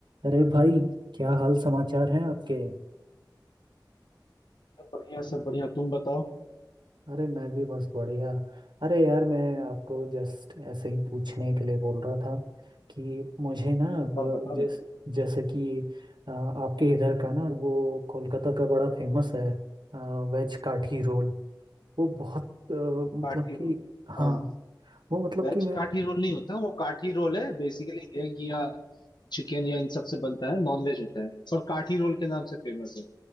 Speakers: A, on the right; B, on the left.
A: अरे भाई क्या हाल समाचार हैं आपके
B: सब बढ़िया सब बढ़िया तुम बताओ
A: अरे मैं भी बस बढ़िया अरे यार मैं आपको जस्ट ऐसे ही पूछने के लिए बोल रहा था कि मुझे ना वो
B: हाँ बता
A: जैस
B: ना
A: जैसे कि अ, आपके इधर का ना वो कोलकाता का बड़ा फेमस है वेज काठी रोल वो बहुत अ, मतलब
B: काठी
A: कि
B: रोल
A: हाँ
B: हाँ
A: वो मतलब
B: वेज
A: कि मैं
B: काठी रोल नहीं होता वो काठी रोल है बेसिकली एग या चिकन या इन सब से बनता है नॉन वेज होता है पर काठी रोल के नाम से फेमस है